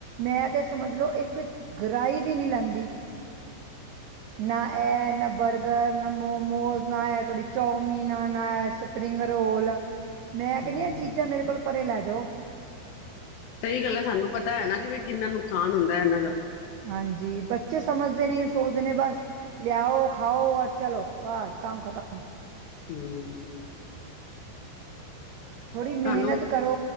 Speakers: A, on the right; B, on the left.
A: ਮੈਂ ਤੇ ਸਮਝ ਲੋਓ ਇੱਕ ਗਰਾਈ ਵੀ ਨਹੀਂ ਲੈਂਦੀ। ਨਾ ਇਹ ਨਾ ਬਰਗਰ ਨਾ ਮੋਮੋਜ। ਨਾ ਏ ਕਦੀ ਚੌਮੀਨ ਨਾ ਏ ਸਪਰਿੰਗ ਰੋਲ ਮੈਂ ਕਹਿੰਦੀ
B: ਹੂੰ
A: ਆ ਚੀਜ਼ਾਂ ਮੇਰੇ ਕੋਲ। ਪਰੇ ਲੈ ਜ਼ੋ।
B: ਸਹੀ ਗੱਲ ਹੈ ਸਾਨੂੰ ਪਤਾ ਹੈ ਨਾ ਕਿ ਬ ਕਿੰਨਾ ਨੁਕਸਾਨ ਹੁੰਦਾ ਇਹਨਾਂ ਦਾ।
A: ਹਾਂਜੀ ਬੱਚੇ ਸਮਝਦੇ ਨੇ ਸੋਚਦੇ ਨੇ ਬਸ। ਲਿਆਓ ਖਾਓ ਔਰ ਚਲੋ ਬਸ ਕੰਮ ਖਤਮ।
B: ਹੂੰ।
A: ਥੋੜੀ ਮਿਹਨਤ
B: ਤੁਹਾਨੂੰ
A: ਕਰੋ